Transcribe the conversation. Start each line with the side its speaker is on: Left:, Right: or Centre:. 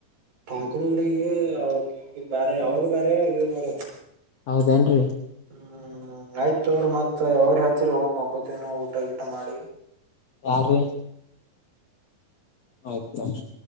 Right: ಠಾಕ್ರೂ ಅವ್ರಿಗಿ <unintelligible> ಬ್ಯಾರೆ ಅವ್ರು ಬ್ಯಾರೆ ಇವ್ರು ಬ್ಯಾರೆ.
Left: ಹೌದೇನ್ರಿ
Right: ಹ್ಮ್ ಆಯ್ತ ತೋರಿ ಮತ್ ಯವಗರೆ ಹಚ್ಚರಿ ಹೋಗ್ ಮಕೋತೆನಾ ಊಟ ಗೀಟ ಮಾಡಿ.
Left: ಯಾರೀ. ಆಯ್ತ ತೋರಿ.